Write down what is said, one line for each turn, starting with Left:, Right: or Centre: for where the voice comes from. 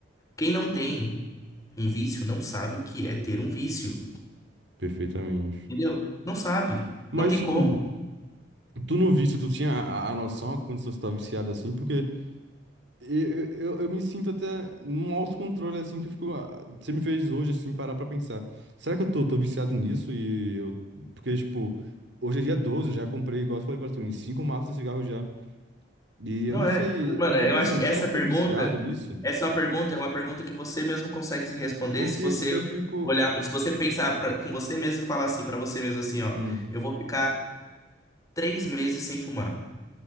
Left: Quem não tem um vício não sabe o que é ter um vício.
Right: Perfeitamente.
Left: Entendeu? Não sabe.
Right: Mas,
Left: Não tem
Right: tipo,
Left: como.
Right: tu não viste, tu tinha a, a a noção, a condição de estar viciado assim, porque eu, eu, eu me sinto até num autocontrole assim que eu fico. ah, Você me fez hoje, assim, parar pra pensar. Será que eu tô, tô viciado nisso? E eu. Porque, tipo, hoje é dia 12 eu já comprei, igual eu falei pra tu, em 5 maços de cigarro já. E
Left: Não
Right: eu não
Left: é.
Right: sei,
Left: Mano,
Right: eu fico
Left: eu
Right: pensando,
Left: acho que
Right: será
Left: essa
Right: que eu
Left: pergunta,
Right: tô viciado nisso?
Left: essa é uma pergunta, é uma pergunta que você mesmo consegue se responder
Right: Porque
Left: se você
Right: eu fico.
Left: olhar para, se você pensar pra- com você mesmo e falar assim para você mesmo assim, ó,
Right: Hum,
Left: eu vou ficar três meses sem fumar,